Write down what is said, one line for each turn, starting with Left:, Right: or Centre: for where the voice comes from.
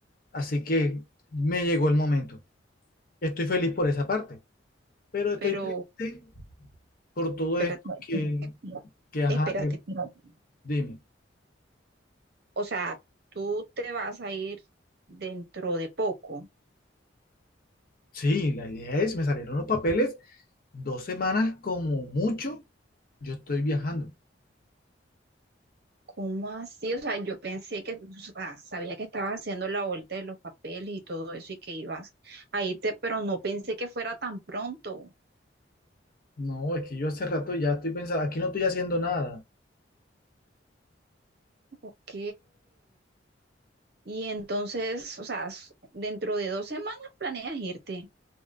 Left: así que me llegó el momento. Estoy feliz por esa parte, pero estoy
Right: Pero,
Left: triste por todo
Right: espérate,
Left: esto
Right: No, espérate,
Left: que,
Right: no,
Left: que ajá,
Right: espérate.
Left: eh,
Right: espérate.
Left: dime.
Right: O sea, tú te vas a ir dentro de poco.
Left: Sí, la idea es, me salieron los papeles dos semanas como mucho, yo estoy viajando.
Right: ¿Cómo así? O sea, yo pensé que, o sea, sabía que estabas haciendo la vuelta de los papeles y todo eso y que ibas a irte, pero no pensé que fuera tan pronto.
Left: No, es que yo hace rato ya estoy pensando, aquí no estoy haciendo nada.
Right: Ok. Y entonces, o sea, s- dentro de dos semanas planeas irte.